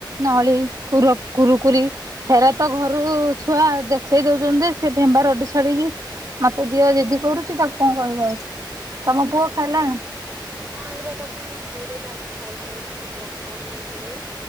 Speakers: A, on the right; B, on the right.
A: ନଳି କୁର କୁରୁକୁରି। ହେରା ତ ଘରୁ ଛୁଆ ଦେଖେଇ ଦଉଛନ୍ତି ସେ ଭେମ୍ବା ରଡି ଛାଡିକି ମତେ ଦିଅ ଯିଦି କରୁଛି ତାକୁ କଣ କହିବ ଆଉ ତମ ପୁଅ ଖାଇଲାଣି?
B: ହଁ ଏଇରା ତାକୁ ଏଇନା ମୁଁ ଖୋଇଦେଉଛି ଆମେ ଖାଇସାଇନୁ ବାପା ମୁଁ ଦେଇ।